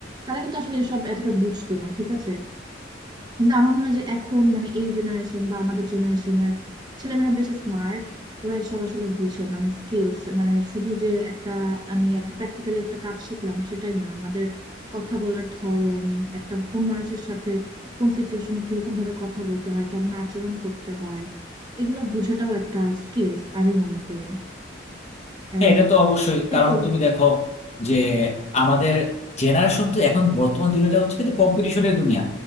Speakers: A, on the right; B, on the left.
A: তারা কিন্তু আসলে এসব এতটা বুঝতো না ঠিক আছে কিন্তু আমার মনে হয় যে এখন মানে এই জেনারেশন বা আমাদের জেনারেশনের ছেলেমেয়েরা বেশ স্মার্ট ওরা এসব আসলে বুঝে মানে স্কিলস মানে শুধু যে একটা আমি একটা প্র্যাকটিক্যালি একটা কাজ শিখলাম সেটাই না আমাদের কথা বলার ধরন একটা কোন মানুষের সাথে কোন সিচুয়েশনে কিরকম ভাবে কথা বলতে হয় কেমন আচরণ করতে হয় এগুলো বোঝাটাও একটা স্কিলস আমি মনে করি আর
B: হ্যাঁ এটা তো অবশ্যই কারণ
A: এতো
B: তুমি দেখো যে আমাদের জেনারেশন তো এখন বর্তমান দুনিয়াটা হচ্ছে কিন্তু কম্পিটিশনের দুনিয়া